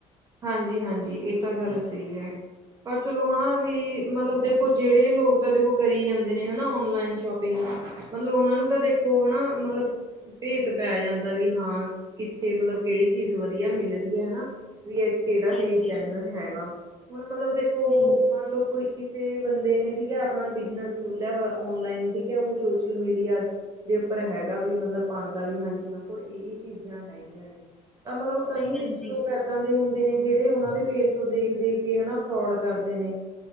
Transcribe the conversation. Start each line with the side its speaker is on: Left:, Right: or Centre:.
Right: ਹਾਂਜੀ- ਹਾਂਜੀ ਇਹ ਤਾਂ ਗੱਲ ਸਹੀ ਹੈ। ਪਰ ਚਲੋ ਹਨਾ ਵੀ ਮਤਲਬ ਦੇਖੋ ਜਿਹੜੇ ਲੋਕ ਤਾਂ ਦੇਖੋ ਕਰੀ ਜਾਂਦੇ ਨੇ ਹਨਾ ਓਨਲਾਈਨ ਸ਼ੋਪਿੰਗ ਮਤਲਬ ਉਹਨਾਂ ਨੂੰ ਤਾਂ ਦੇਖੋ ਹਨਾ ਮਤਲਬ ਭੇਤ ਪੈ ਜਾਂਦਾ ਵੀ ਹਾਂ, ਕਿੱਥੇ ਮਤਲਬ ਕਿਹੜੀ ਚੀਜ਼ ਵਧੀਆ ਮਿਲ ਰਹੀ ਹੈ ਹਨਾ। ਵੀ ਕਿਹੜਾ
Centre: ਹਾਂਜੀ
Right: ਪੇਜ ਜੈਨੂਅਨ ਹੈਗਾ। ਹੁਣ ਮਤਲਬ ਦੇਖੋ
Centre: ਹਮ।
Right: ਮੰਨ ਲਓ ਕੋਈ ਕਿਸੇ ਬੰਦੇ ਨੇ ਠੀਕ ਹੈ ਆਪਣਾ ਬਿਜਨਸ ਖੋਲਿਆ ਹੋਇਆ ਔਨਲਾਈਨ ਠੀਕ ਹੈ ਉਹ ਸੋਸ਼ਲ ਮੀਡੀਆ ਦੇ ਉੱਪਰ ਹੈਗਾ ਵੀ ਮਤਲਬ ਪਾਉਂਦਾ ਵੀ ਹਾਂਜੀ ਉਹਨਾਂ ਕੋਲ ਇਹ-ਇਹ ਚੀਜ਼ਾਂ ਹੈਗੀਆਂ ਨੇ। ਮਤਲਬ ਕਈ
Centre: ਹਾਂਜੀ
Right: ਵਿੱਚ ਲੋਕ ਐਦਾ ਦੇ ਹੁੰਦੇ ਨੇ ਜਿਹੜੇ ਉਹਨਾਂ ਦੇ ਪੇਜ ਤੋਂ ਦੇਖ -ਦੇਖ ਕੇ ਹਨਾ ਫਰੌਡ ਕਰਦੇ ਨੇ।